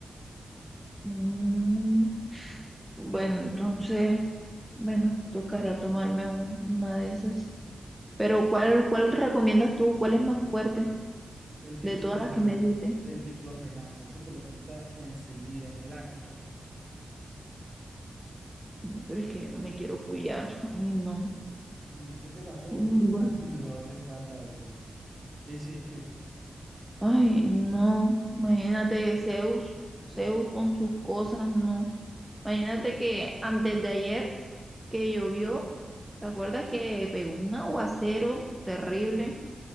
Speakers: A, in the centre; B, on the right (about 45°).
A: Mm, bueno, entonces... Bueno, tocará tomarme un- una de esas. Pero ¿cuál, cuál recomiendas tú? ¿Cuál es más fuerte
B: El diclofenaco,
A: de todas las que me dijiste?
B: el diclofenaco, eso te lo quita enseguida, en el acto.
A: Mm, Pero es que yo no me quiero pullar. Ay, no.
B: Mm, ¿Qué te pasó?
A: Mm,
B: ¿Por qué
A: bueno.
B: estás con el dolor de espalda o qué? ¿Qué hiciste?
A: Ay, no. Imagínate Zeus, Zeus con sus cosas, no. Imagínate que antes de ayer que llovió, ¿te acuerdas que pegó un aguacero terrible?